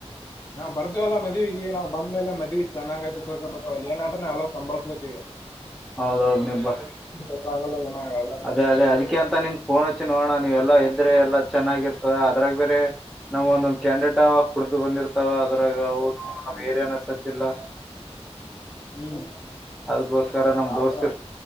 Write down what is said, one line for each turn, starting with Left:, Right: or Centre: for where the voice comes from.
Left: ನಾವ್ ಬರ್ತವಿವಲ್ಲ ಮದ್ವೆಗೆ ನಾವವು ಬಂದ್ೇಲೆ ಮದ್ವಿ ಚೆನ್ನಾಗ್ಐತಿ ತೋಕೋಬೇಕಕ್ ಅಲ್ಲ ಏನಾದ್ರ ನಾವೆಲ್ಲ ಸಂಭಾಳ್ಕೋತೀವಿ.
Centre: <unintelligible> ಹೌದೌದು್ ನಿಬಾ
Left: ಜಗಳ ಆಗಲ್ಲ ಏನಾಗಲ್ಲ ಎಲ್ಲ ಕರೆಕ್ಟ್
Centre: ಅದೇ ಅದೇ
Left: ಆಗಿ
Centre: ಅದಕ್ಕೆ
Left: ಆಗುತ್ತೆ
Centre: ಅಂತ ನಿಮ ಫೋನ್ ಹಚ್ಚಿ ನೋಡಣ. ನೀವೆಲ್ಲಾ ಇದ್ರೆ ಎಲ್ಲಾ ಚೆನ್ನಾಗಿರ್ತದ ಅದ್ರಾಗ ಬೇರೆ. ನಾವ್ ಒಂದೊಂದ್ ಕ್ಯಾಂಡಿಡೇಟ್ ಅವ ಕುಡ್ದು ಬಂದಿರ್ತಾವ ಅದ್ರಾಗ ನಮ್ ಏರಿಯಾನ ಸಜ್ಜಿಲ್ಲ. <unintelligible>
Left: ಹ್ಮ್.
Centre: ಅದಕ್ಕೋಸ್ಕರ
Left: ಹೌದಾ
Centre: ನಮ್
Left: ಆತರ
Centre: ದೋಸ್ತ್